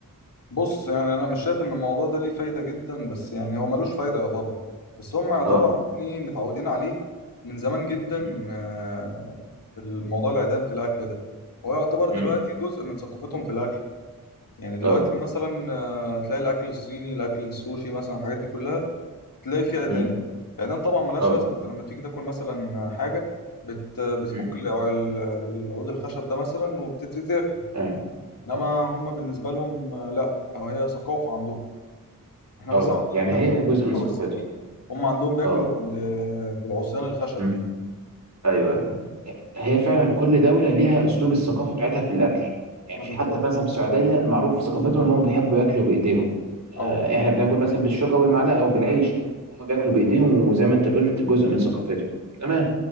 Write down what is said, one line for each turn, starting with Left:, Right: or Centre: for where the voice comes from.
Left: بص يعني انا مش شايف ان الموضوع ده ليه فايده جدا بس يعني هو ملوش فايده يعتبر بس هم يعتبر
Right: اه
Left: يعني متعودين عليه من زمان جدا
Right: مم.
Left: آه، في الموضوع العيدان في الاكل ده هو يعتبر دلوقتي
Right: مم.
Left: جزء من ثقافتهم في الاكل يعني دلوقتي
Right: اه
Left: مثلا آه، تلاقي الاكل الصيني الاكل السوشي مثلا الحاجات دي كلها تلاقي فيه عيدان
Right: مم.
Left: العيدان طبعا ملهاش
Right: اه
Left: لازمه انت لما تيجي تاكل مثلا حاجه بت بتفك
Right: مم.
Left: الع- ال- العود الخشب ده مثلا وبتبتدي تاكل
Right: اه
Left: انما
Right: اه
Left: هم بالنسبه لهم آه، لا أو هي ثقافه عندهم احنا
Right: اه
Left: مثلا عندنا
Right: يعني
Left: بناكل
Right: هي
Left: بالشوكه
Right: جزء من ثقافتهم
Left: والسكينه هم عندهم بياكلوا
Right: اه
Left: بال- بالعصيان الخشب
Right: مم.
Left: دي
Right: ايوه أيوة. هي فعلا كل دولة ليها أسلوب الثقافة بتاعتها في الأكل يعني
Left: اه
Right: في
Left: بالظبط
Right: حتى مثلا في السعودية معروف في ثقافتهم إن هم بيحبوا ياكلوا بإيديهم آه،
Left: اه
Right: إحنا بناكل مثلا بالشوكة والمعلقة أو بالعيش هم بياكلوا بإيديهم وزي ما أنت قلت جزء من ثقافتهم تمام
Left: مم.